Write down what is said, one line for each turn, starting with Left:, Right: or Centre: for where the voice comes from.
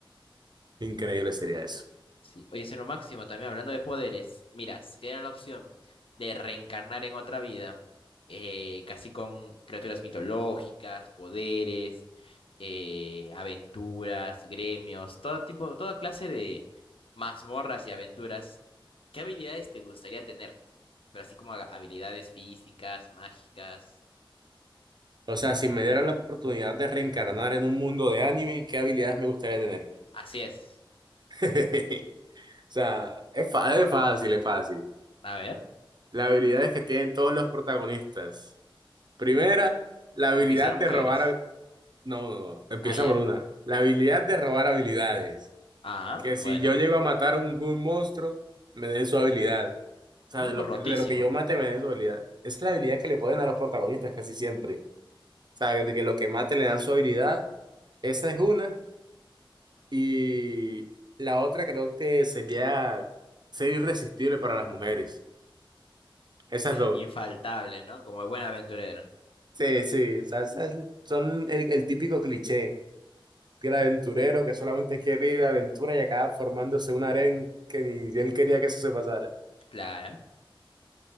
Right: increíble sería eso.
Left: Sí. Oye, señor Máximo, también hablando de poderes, mira, si tienen la opción de reencarnar en otra vida, eh, casi con criaturas mitológicas, poderes, eh, aventuras, gremios, todo tipo, toda clase de mazmorras y aventuras, ¿qué habilidades te gustaría tener? Pero así como ha- habilidades físicas, mágicas.
Right: O sea, si me dieran la oportunidad de reencarnar en un mundo de anime, ¿qué habilidades me gustaría tener?
Left: Así es.
Right: <laughs> O sea, es, fa- es fácil, es fácil.
Left: A ver,
Right: Las habilidades que tienen todos los protagonistas. Primera, la habilidad
Left: conquistar
Right: de
Left: mujeres.
Right: robar... hab- No, no, no, empieza
Left: Ah, ya.
Right: por una. La habilidad de robar habilidades.
Left: Ah,
Right: Que
Left: bueno.
Right: si yo llego a matar a algún monstruo, me den su habilidad. O sea,
Left: Mm,
Right: de lo
Left: rotísimo.
Right: que, de lo que yo mate, me den su habilidad. Esa es la habilidad que le ponen a los protagonistas casi siempre. O sea, de que lo que mate le dan su habilidad. Esa es una. Y la otra creo que sería ser irresistible para las mujeres. Esas dos.
Left: Infaltable, ¿no? Como buen aventurero.
Right: Sí, sí, o sea, esas son el, el típico cliché del aventurero que solamente quiere ir de aventura y acaba formándose un harén que ni él quería que eso se pasara.
Left: Claro.